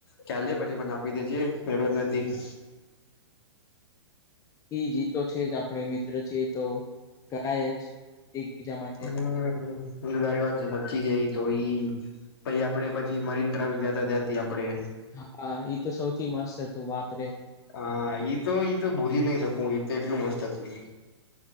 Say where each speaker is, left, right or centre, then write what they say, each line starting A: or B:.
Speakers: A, on the left; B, on the left.
A: ક્યાલે પછી મને આપી દેજેર નથી. <inaudible>
B: એ જી તો છે જ આપણે મિત્ર છે એ તો કરાય જ એકબીજા માટે
A: હમ્મ એ તારી વાત તો સચીજ એ તો ઈ. પછી આપડે પછી મરીન ટ્રાવેલ ગતા જતી આપડે.
B: હા એ તો સૌથી મસ્ત હતું બાપ રે
A: હા ઈ તો ઈ તો ભૂલી નઈ શકું તો એટલું મસ્ત હતું.